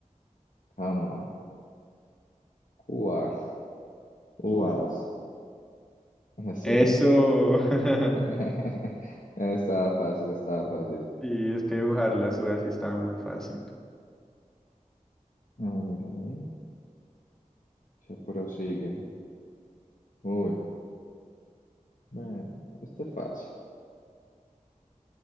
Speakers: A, on the left; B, in the centre.
A: cama, cua. Uvas. Sí.
B: Eso. <laughs>
A: <laughs> Estaba fácil, estaba fácil.
B: Sí, es que dibujar las uvas sí estaba muy fácil.
A: A ver, a ver. Se prosigue. Uy, bueno, este es fácil.